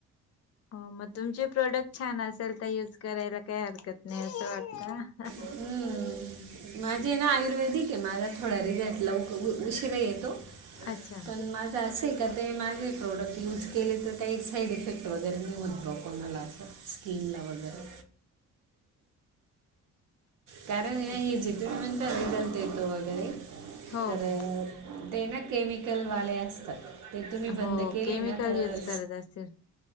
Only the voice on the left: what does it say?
हो, मग तुमचे प्रोडक्ट छान असेल तर, युज करायला काय हर 'हरकत नाही असं वाटत'!
अच्छा.
अच्छ-
हो
हो
हो
केमिकल
युज करत असतील